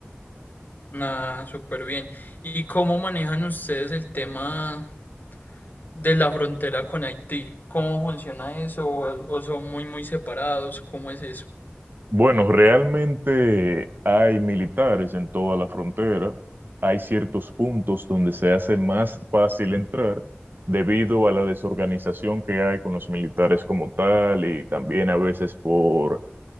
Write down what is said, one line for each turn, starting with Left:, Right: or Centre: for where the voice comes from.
Left: Nada, súper bien. ¿Y cómo manejan ustedes el tema de la frontera con Haití? ¿Cómo funciona eso? ¿O, o son muy, muy separados? ¿Cómo es eso?
Right: Bueno, realmente hay militares en toda la frontera. Hay ciertos puntos donde se hace más fácil entrar debido a la desorganización que hay con los militares como tal y también a veces por